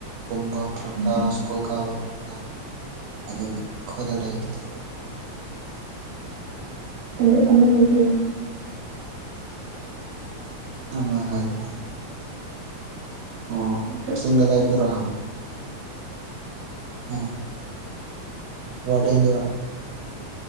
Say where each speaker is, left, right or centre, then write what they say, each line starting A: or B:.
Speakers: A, on the right; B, on the right.
A: ꯀꯨꯝꯕ ꯐꯔꯛꯇ
B: ꯎꯝ
A: ꯁ꯭ꯀꯨꯜ ꯀꯥꯕ ꯐꯔꯛꯇꯥꯕ ꯑꯗꯨ ꯈꯣꯏ ꯂ ꯂꯩꯒꯅꯤ
B: ꯑꯗꯨ ꯑꯃꯗꯤ
A: ꯑ ꯍꯥꯏꯗꯤ ꯑꯣ
B: ꯅꯪꯁꯨ
A: ꯐꯁꯤꯤꯡꯗꯗ꯭ꯔꯥ ꯑ ꯔꯗꯦꯟꯗ꯭ꯔꯥ